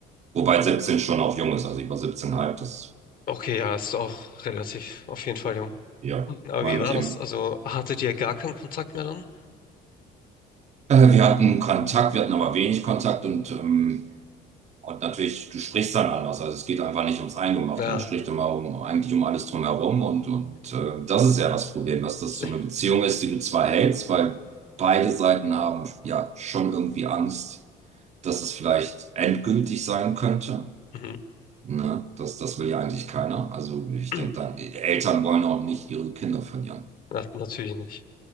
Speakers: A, on the right; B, on the left.
A: Wobei 17 schon auch jung ist, also ich war 17,5, das,
B: Okay, ja, ist auch relativ, auf jeden Fall jung.
A: ja.
B: Aber
A: Und
B: wie war
A: im,
B: das? Also hattet ihr gar keinen Kontakt mehr dann?
A: äh, wir hatten Kontakt, wir hatten aber wenig Kontakt und ähm, Und natürlich, du sprichst dann anders. Also es geht einfach nicht ums Eingemachte.
B: Ja.
A: Man spricht immer um, eigentlich um alles drumherum. Und, und äh, das ist ja das Problem, dass
B: <laughs>
A: das so eine Beziehung ist, die du zwar hältst, weil beide Seiten haben ja schon irgendwie Angst, dass es vielleicht endgültig sein könnte.
B: Mhm.
A: Ne? Das, das will ja eigentlich keiner. Also ich
B: <clears throat>
A: denke dann, Eltern wollen auch nicht ihre Kinder verlieren.
B: Na, natürlich nicht.